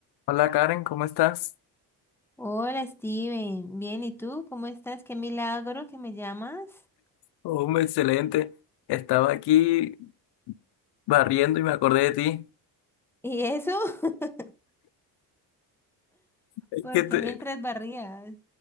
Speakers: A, on the left; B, in the centre.
A: Hola Karen, ¿cómo estás?
B: Hola Steven, bien, ¿y tú? ¿Cómo estás? Qué milagro que me llamas.
A: Hombre, excelente. Estaba aquí barriendo y me acordé de ti.
B: ¿Y eso? <laughs>
A: Es
B: Porque
A: que te,
B: mientras barrías?